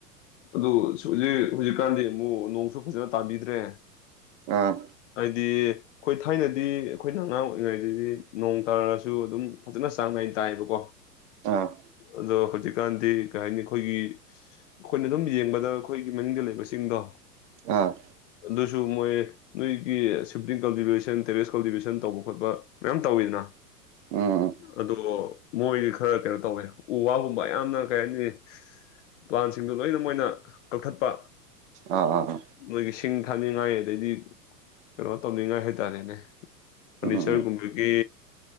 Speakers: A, on the left; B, on the right.
A: ꯑꯗꯨ ꯍꯧꯖꯤꯛ ꯍꯧꯖꯤꯛꯀꯥꯟꯗꯤ ꯑꯃꯨꯛ ꯅꯣꯡꯁꯨ ꯐꯖꯅ ꯇꯥꯕꯤꯗ꯭ꯔꯦ
B: ꯑꯥ
A: ꯑꯩꯗꯤ ꯑꯩꯈꯣꯏ ꯊꯥꯏꯅꯗꯤ ꯑꯩꯈꯣꯏꯅ ꯑꯉꯥꯡ ꯑꯣꯏꯔꯤꯉꯩꯗꯗꯤ ꯅꯣꯡ ꯇꯥꯔꯁꯨ ꯑꯗꯨꯝ ꯐꯖꯅ ꯆꯥꯡ ꯅꯥꯏ ꯇꯥꯏꯌꯦꯕꯀꯣ
B: ꯑꯥ
A: ꯑꯗꯣ ꯍꯧꯖꯤꯛꯀꯥꯟꯗꯤ ꯀꯩ ꯍꯥꯏꯅꯤ ꯑꯩꯈꯣꯏꯒꯤ ꯑꯩꯈꯣꯏꯅ ꯑꯗꯨꯝ ꯌꯦꯡꯕꯗ ꯑꯩꯈꯣꯏꯒꯤ ꯃꯅꯨꯡꯗꯅꯤꯡ ꯂꯩꯕꯁꯤꯡꯗꯣ
B: ꯑꯥ
A: ꯑꯗꯨꯁꯨ ꯃꯣꯏ ꯅꯣꯏꯒꯤ ꯁꯤꯞꯇꯡ ꯀꯜꯇꯤꯚꯦꯁꯟ ꯇꯦꯔꯦꯁ ꯀꯜꯇꯤꯚꯦꯁꯟ ꯇꯧꯕ ꯈꯣꯠꯄ ꯃꯌꯥꯝ ꯇꯧꯋꯤꯗꯅ
B: ꯎꯝ ꯎꯝ
A: ꯑꯗꯣ ꯃꯣꯏꯗꯤ ꯈꯔ ꯀꯩꯅꯣ ꯇꯧꯋꯦ ꯎ ꯋꯥꯒꯨꯝꯕ ꯌꯥꯝꯅ ꯀꯩ ꯍꯥꯏꯅꯤ ꯄ꯭ꯂꯥꯟꯁ ꯁꯤꯡꯗꯨ ꯂꯣꯏꯅ ꯃꯣꯏꯅ ꯀꯛꯊꯠꯄ
B: ꯑꯥ ꯑ ꯑ
A: ꯃꯣꯏꯒꯤ ꯁꯤꯡ ꯊꯥꯅꯤꯡꯉꯥꯏ ꯑꯗꯩꯗꯤ ꯀꯩꯅꯣ ꯇꯧꯅꯤꯡꯉꯥꯏ ꯍꯥꯏꯇꯥꯔꯦꯅꯦ ꯐꯔꯅꯤꯆꯔꯒꯨꯝꯕꯒꯤ
B: ꯎꯝ ꯎꯝ ꯎꯝ